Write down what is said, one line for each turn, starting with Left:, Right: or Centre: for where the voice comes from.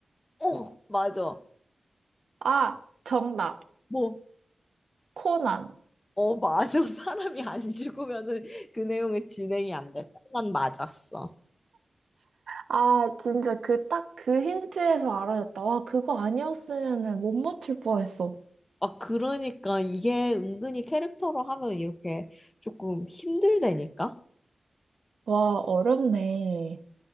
Left: 어, 맞아.
Right: 아, 정답.
Left: 뭐,
Right: 코난.
Left: 어, 맞아. <laughs> 사람이 안 죽으면은 그 내용이 진행이 안 돼. 코난 맞았어.
Right: 아, 진짜 그, 딱 그 힌트에서 알아냈다. 와, 그거 아니었으면 못 맞출 뻔했어.
Left: 아, 그러니까 이게 은근히 캐릭터로 하면 이렇게 조금 힘들다니까?
Right: 와, 어렵네.